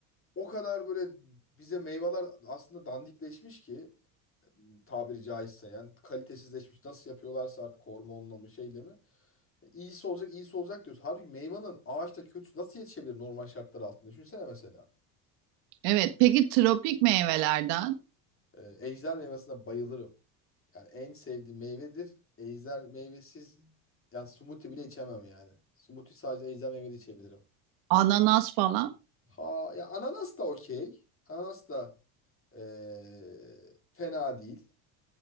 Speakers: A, on the left (about 25°); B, on the right (about 75°).
A: o kadar böyle bize meyveler aslında dandikleşmiş ki tabiri caizse yani kalitesizleşmiş. Nasıl yapıyorlarsa artık hormonla mı şeyle mi. E, İyisi olacak iyisi olacak diyoruz. Halbuki meyvanın ağaçta kötüsü nasıl yetişebilir normal şartlar altında? Düşünsene mesela.
B: Evet peki tropik meyvelerden
A: Ee, ejder meyvesine bayılırım. Yani en sevdiğim meyvedir. Ejder meyvesiz yani smoothie bile içemem yani. Smoothie sadece ejder meyveli içebilirim.
B: ananas falan.
A: Ha ya ananas da okey. Ananas da ee, fena değil.